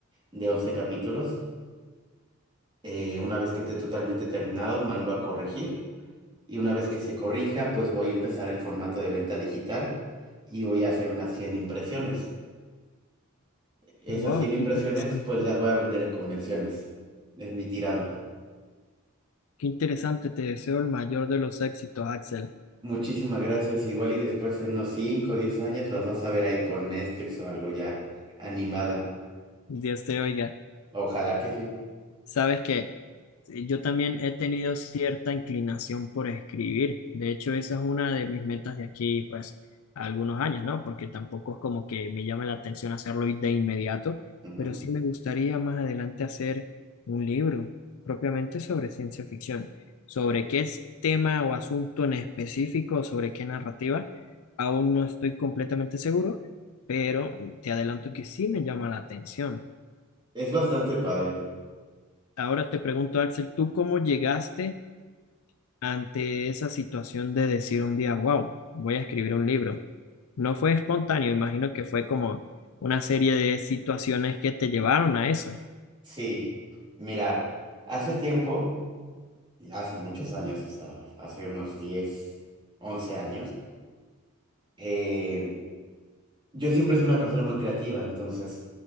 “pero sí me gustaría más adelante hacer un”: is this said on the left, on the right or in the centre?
Left